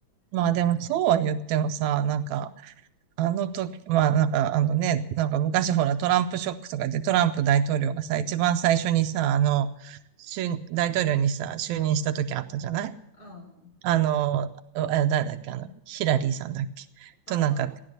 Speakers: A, on the right (about 80°); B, on the left (about 30°).
A: まあでもそうは言ってもさ、なんか、あの時、まあなんかあのね、なんか昔ほらトランプショックとかでトランプ大統領がさ、一番最初にさ、あの、就大統領にさ、就任した時あったじゃない
B: うん
A: あの、あ誰だっけ、あの、ヒラリーさんだっけとなんか、
B: ああ、